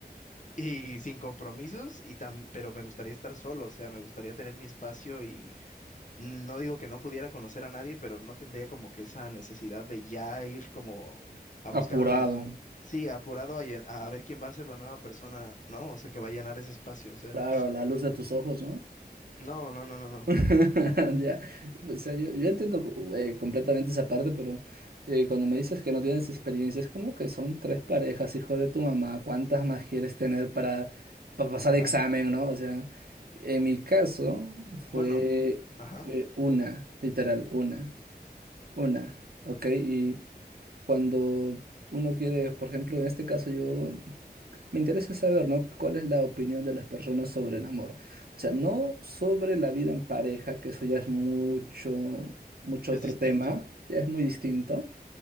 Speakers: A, on the left; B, on the right.
A: y sin compromisos y tam- pero me gustaría estar solo, o sea, me gustaría tener mi espacio no digo que no pudiera conocer a nadie, pero no tendría como que esa necesidad de ya ir como a buscar
B: Apurado.
A: a, sí, apurado a, llen- a ver quién va a ser la nueva persona, ¿no? O sea, que va a llenar ese espacio, o sea,
B: Claro, la luz de tus ojos, ¿no?
A: no, no, no, no, no.
B: <laughs> Ya, o sea, yo, yo entiendo co- eh, completamente esa parte, pero eh, cuando me dices que no tienes experiencia, es como que son tres parejas, hijo de tu mamá, ¿cuántas más quieres tener para, para pasar examen,
A: <laughs>
B: ¿no? O sea, en mi caso fue
A: Bueno, ajá,
B: eh, una, literal, una, una, ¿ok? Y cuando uno quiere, por ejemplo, en este caso yo me interesa saber, ¿no? ¿Cuál es la opinión de las personas sobre el amor? O sea, no sobre la vida en pareja, que eso ya es mucho, mucho
A: es
B: otro
A: distinto.
B: tema, ya es muy distinto,